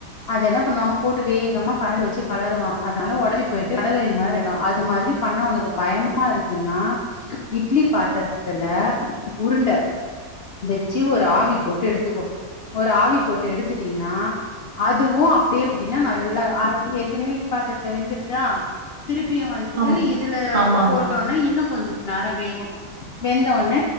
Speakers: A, on the left; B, on the right.
A: அது என்ன பண்ணுவாங்க போட்டு வேகமா கரண்டி வச்சு கலருவாங்க அதனால ஒடஞ்சு போயிட்டு வடகறி மாறி ஆயிடு அது மாறி பண்ணா உனக்கு பயமா இருக்குனா இட்லி பாத்திரத்துல உருண்ட வச்சு ஒரு ஆவி போட்டு எடுத்துக்கோ ஒரு ஆவி போட்டு எடுத்துட்டீனா அதுவு அப்டியே போட்டீனா நல்லா ஆ ஏற்கனவே இட்லி பாத்திரத்துல வெந்திடுதா திருப்பியு வந்து
B: ஆம்
A: இதுல
B: ஆமா ஆமா
A: போட்டோன் இன்னு கொஞ்ச நேரோ வேகு வெந்தோன்ன